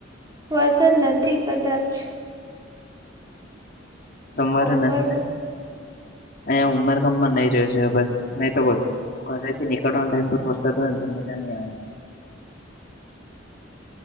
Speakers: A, on the right; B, on the left.
A: વઝન નથી કદાચ.
B: સોમવારે
A: બપોર
B: નથી અહીંયા ઉમર કામમાં નહી રહ્યો છે બસ નહી તો. ઘરે થી નીકળવાના ટાઈમ પર વરસાદ હોય ને તો મજા ન આવે.